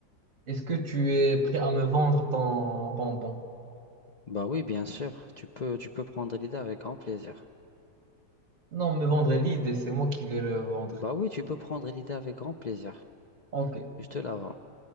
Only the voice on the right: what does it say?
Est-ce que tu es prêt à me vendre ton bonbon?
Non, me vendre est l'idée, c'est moi qui vais le vendre.
Ok,